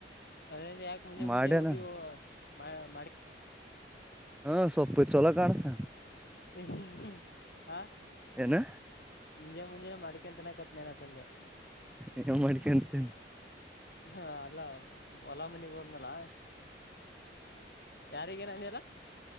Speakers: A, on the left (about 60°); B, in the centre.
A: ಅದ ಯಾಕೆ ಮುಂಜೆ
B: ಮಾಡ್ಯನ
A: ಮುಂಜೆ ಉಡಿ ಮ
B: ಹಾ ಸೊಪ್ಪು ಚಲೋ ಕಾಣ್ಸುತ್ತೆ
A: ಹ ಹ್ಮ ಹ್ಮ ಹಾ
B: ಏನ
A: ಮುಂಜೆ ಮುಂಜಾನೆ ಮಾಡ್ಕೊನ್ ತಿನ್ನಕತ್ತೆ ನೇನ ಅಂದೆ
B: ಏನ್ ಮಾಡ್ಕಂತೇನೆ
A: ಹಾ ಅಲ್ಲ ಹೊಲ ಮನಿಗ ಹೋದ್ನಲ್ಲ ಯಾರಗೇನ ಅಂದಿಲ್ಲ